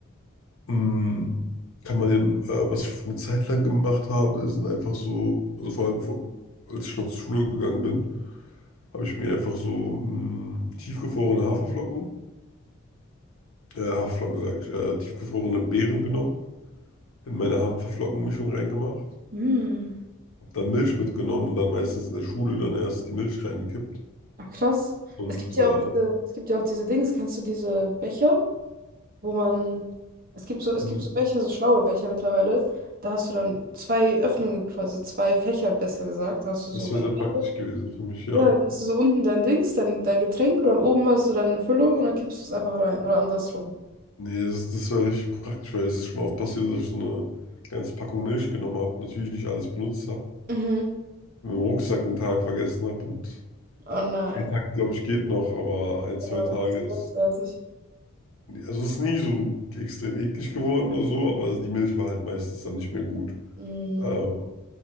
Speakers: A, on the left; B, on the right.
A: Mhm. Kann man den, äh, was ich eine Zeit lang gemacht habe, sind einfach so, also vor allem vor, als ich noch zur Schule gegangen bin, habe ich mir einfach so mh, tiefgefrorene Haferflocken, äh, Haferflocken sag ich, äh, tiefgefrorene Beeren genommen in meine Haferflockenmischung reingemacht,
B: Hm.
A: hab dann Milch mitgenommen und dann meistens in der Schule dann erst die Milch reingekippt.
B: Ach, krass.
A: Und
B: Es gibt ja
A: äh,
B: auch diese, es gibt ja auch diese Dings, kennst du diese Becher, wo man, es gibt so, es
A: hm,
B: gibt so Becher, so schlaue Becher mittlerweile. Da hast du dann zwei Öffnungen, quasi zwei Fächer, besser gesagt. Da hast du so
A: das
B: dein
A: wäre sehr
B: Becher.
A: praktisch gewesen für mich, ja.
B: Ja, dann hast du so unten dein Dings, dein, dein Getränk und dann oben hast du deine Füllung und dann kippst du es einfach rein oder andersrum.
A: Nee, das, das war richtig praktisch, weil es ist schon oft passiert, dass ich so eine ganze Packung Milch genommen habe, natürlich nicht alles benutzt habe,
B: Mhm.
A: mit dem Rucksack einen Tag vergessen habe und
B: Oh nein.
A: ein Tag, glaube ich, geht noch, aber ein,
B: Ja,
A: zwei Tage
B: das ist
A: ist.
B: ganz fertig.
A: Also es ist nie so extrem eklig geworden oder so, aber also die Milch war halt meistens dann nicht mehr gut.
B: Mhm.
A: Ähm,